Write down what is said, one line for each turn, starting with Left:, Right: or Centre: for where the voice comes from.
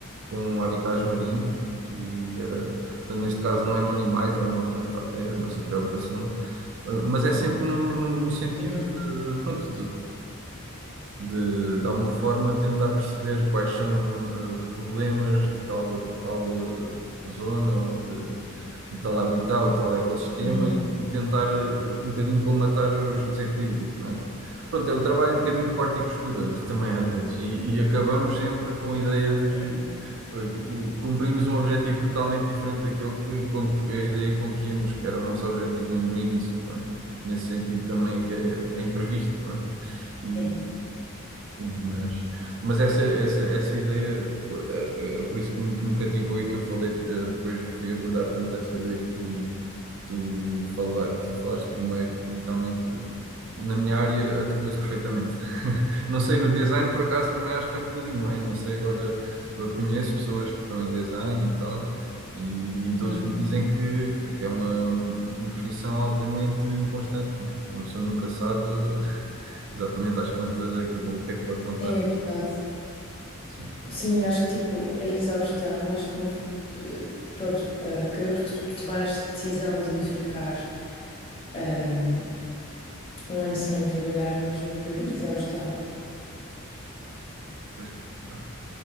Right: com habitats marinhos, e era, portanto, neste caso não eram animais, era uma planta até, a nossa preocupação, Ah, mas é sempre no, no- no sentido
Left: Uhum,
Right: de, pronto, de, de alguma forma, tentar perceber quais são eh, os problemas de tal, tal eh, zona ou de, de- de tal habitat ou tal ecossistema
Left: uhum,
Right: e e tentar eh, um bocadinho colmatar os desequilíbrios, não é? Pronto, é um trabalho um bocadinho de corte e costura <laughs> também às vezes e, e acabamos sempre com a ideia de
Left: Sim,
Right: que eh, o- cumprimos um objetivo totalmente diferente daquele que, com que a ideia com que íamos, que era o nosso objetivo no, no início, pronto. Nesse sentido também que é, é imprevisto, pronto. E
Left: sim.
Right: Sim, mas, mas essa, essa, essa ideia, eh, eh, por isso que me, que me cativou e que eu falei, eh, depois fui abordar tanto essa ideia que tu, que tu, fala, que tu falaste primeiro, porque realmente eh, na minha área adequa-se perfeitamente. <laughs> Não sei, no design por acaso também acho que é um bocadinho mais, não sei, agora eu conheço pessoas que estão em design e tal, e, e todos
Left: uhum.
Right: me dizem que, que, que é uma, uma profissão altamente inconstante, não é? Uma pessoa nunca sabe exatamente às quantas é que, o que é que pode contar.
Left: Sim, é verdade.
Right: Sim,
Left: Sim, acho que tipo, a exaustão, acho que me, eh, pronto, eh, acabei por to- tomar esta decisão de ficar ehm, um, ano sem trabalhar, mesmo por exaustão.
Right: pois, claro,